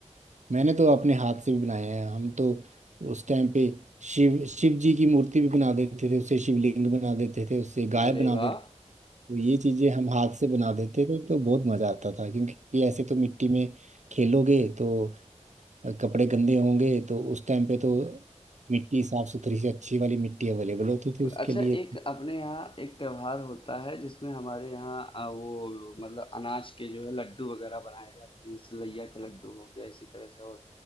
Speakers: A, on the right; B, on the left.
A: मैंने तो अपने हाथ से भी बनाए हैं हम तो उस टाइम पे शिव शिव जी की मूर्ति भी बना देते थे उससे शिवलिंग बना देते थे उससे गाय
B: अरे
A: बना
B: वाह
A: देते थे तो ये चीजें हम हाथ से बना देते थे तो बहुत मजा आता था क्योंकि ऐसे तो मिट्टी में खेलोगे तो कपड़े गंदे होंगे तो उस टाइम पे तो मिट्टी साफ सुथरी से अच्छी वाली मिट्टी अवेलेबल होती थी उसके
B: अच्छा
A: लिए
B: एक अपने यहाँ एक त्योहार होता है जिसमें हमारे यहाँ आ, वो मतलब अनाज के जो है लड्डू वगैरह बनाए जाते हैं जैसे लैया के लड्डू हो गया इसी तरह से और